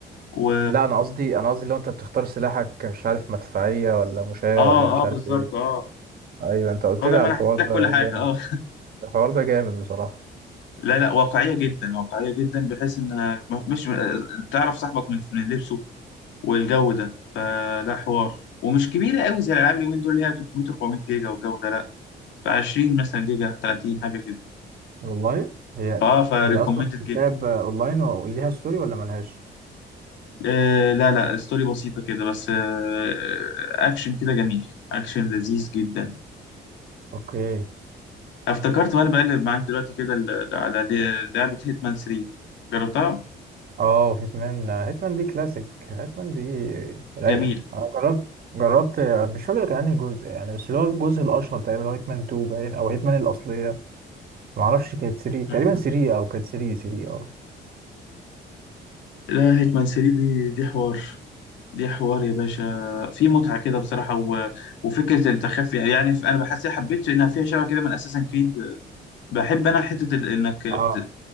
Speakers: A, on the left; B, on the right.
A: و
B: لا انا قصدي انا قصدي لو انت بتختار سلاحك مش عارف مدفعيه ولا مشاة
A: اه
B: ولا مش
A: اه
B: عارف
A: بالظبط
B: ايه
A: اه
B: ايوه انت قلت
A: هو ده
B: لي
A: ما
B: على
A: انا
B: الحوار
A: حكيت
B: ده
A: لك كل حاجة
B: جامد
A: اه
B: الحوار ده جامد بصراحه
A: لا لا واقعية جدا واقعية جدا بحيث انها مش تعرف صاحبك من من لبسه والجو ده فلا حوار ومش كبيرة قوي زي الالعاب اليومين دول اللي هي 300 400 جيجا والجو ده لا بتاع 20 مثلا جيجا 30 حاجة كده
B: والله هي
A: فاه فريكومندد
B: هي اصلا بتتلعب
A: جدا
B: اونلاين وليها ستوري ولا ملهاش
A: آه لا لا ستوري بسيطة كده بس آه اكشن كده جميل اكشن لذيذ جدا
B: اوكي
A: افتكرت وانا بقلب معاك دلوقتي كده ال- على ل- لعبة هيتمان 3 جربتها
B: اه وهيتمان هيتمان دي كلاسيك هيتمان دي رايقة
A: جميل
B: انا جربت جربت مش فاكر كان انهي جزء يعني بس اللي هو الجزء الاشهر تقريبا اللي هو هيتمان 2 باين او هيتمان الاصلية معرفش كانت 3
A: مم.
B: تقريبا 3 او كانت 3 3 اه
A: لا هيتمان 3 دي دي حوار دي حوار يا باشا في متعة كده بصراحة و... وفكرة التخفي يعني ف- أنا بحس حبيت إنها فيها شبه كده من أساسا كريد بحب أنا حتة ال... إنك بت...
B: اه